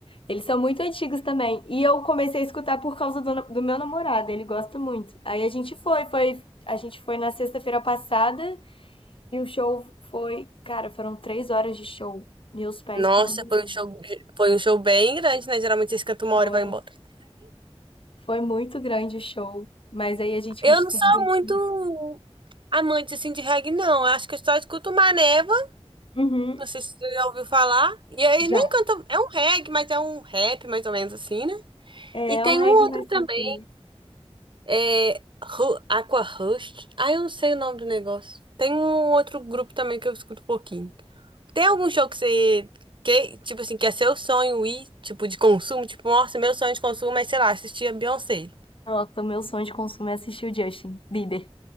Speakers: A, on the left; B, on the right.
A: eles são muito antigos também. E eu comecei a escutar por causa do, na- do meu namorado, ele gosta muito. Aí a gente foi, foi, a gente foi na sexta-feira passada e o show foi, cara, foram três horas de show. Meus pés
B: Nossa,
A: ficaram doendo.
B: foi um show, foi um show bem grande, né? Geralmente eles cantam uma
A: Foi.
B: hora e vão embora.
A: Foi muito grande o show. Mas aí a gente
B: Eu
A: se
B: não sou
A: divertiu
B: muito
A: muito.
B: amante assim de reggae, não. Eu acho que eu só escuto Maneva
A: Uhum,
B: Não sei se você já ouviu falar. E aí
A: já.
B: nem canta. É um reggae, mas é um rap, mais ou menos assim, né?
A: É
B: E tem
A: é um reggae
B: um outro
A: mais
B: também.
A: tranquilo.
B: É. Ru- Aqua Rust. Ah, eu não sei o nome do negócio. Tem um outro grupo também que eu escuto um pouquinho. Tem algum show que você. Que, tipo assim, que é seu sonho ir, tipo, de consumo? Tipo, nossa, meu sonho de consumo é, sei lá, assistir a Beyoncé.
A: Nossa, o meu sonho de consumo é assistir o Justin Bieber.